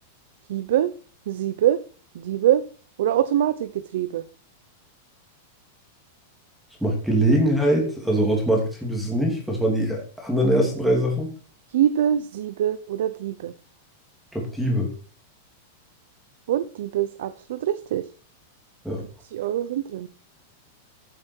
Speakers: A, on the right (about 60°); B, in the centre.
A: Hiebe, Siebe, Diebe oder Automatikgetriebe.
B: Ich mache Gelegenheit, also Automatgetriebe ist es nicht. Was waren die e- anderen ersten drei Sachen?
A: Hiebe, Siebe oder Diebe.
B: Ich glaube, Diebe.
A: Und Diebe ist absolut richtig.
B: Ja.
A: 50 Euro sind drin.